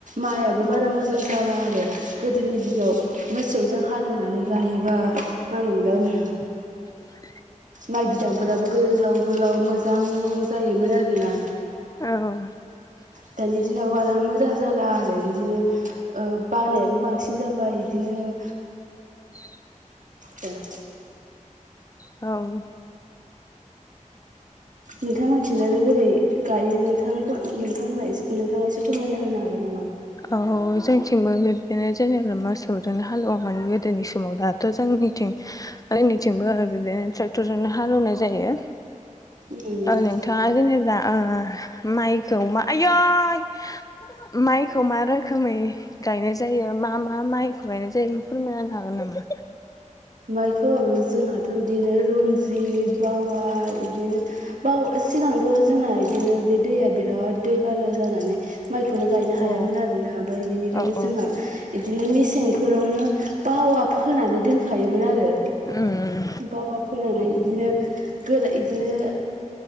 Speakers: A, on the right; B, on the left.
A: माइआो
B: हागोन।
A: बारा
B: औ
A: मोजां जाला आरो गोदोनि दिनाव मोसौजों हालौवनानै गायोबा मा होनोमोनलाय
B: <unintelligible>
A: माइ बिदांफोराबो गोलाव गोलाव मोजां जायोमोन आरोना
B: औ
A: दानि दिनाव बारा मोजां जाला आरो बिदिनो बानायाबो बांसिन जाबाय बिदिनो जों
B: <inaudible>
A: बे <inaudible>
B: औ <inaudible>
A: नोंथां मिथिनानैनानै बोरै गायो नोंथां नोंथांमोना नोंथाङा एसे फोरमायना होनो हागोन नामा?
B: औ जोंथिंबो बिदिनो जेनेबा मोसौजों हालौवोमोन गोदोनि समाव दाथ' जों थिं <unintelligible> जोंनिथिंबो बिदिनो ट्रेक्टरजोंनो हालेवनाय जायो।
A: उम
B: ओ नोंथाङा जेनेबा ओ माइखौ आयै माइ <inaudible> खौ मा रोखोमै गायनाय जायो मा मा माइखौ गायनाय जायो फोरमायना होनो हिगोन नामा?
A: माइखौ जोंहाथ' बिदिनो रन्जित बावा बिदिनो बा सिगांथ' जोंना इदिनो बे दैया बिराद दैबाना जानानै माइखौनो गायनो
B: औ
A: हायामोन आरोना ओमफ्राय बिनिखायनो
B: औ औ
A: जोङो बिदिनो मेसेंफोरावनो बावा फोनानै दोनखायोमोन आरो
B: उम
A: बावा फोनानै इदिनो गोरा <unintelligible> बिदिनो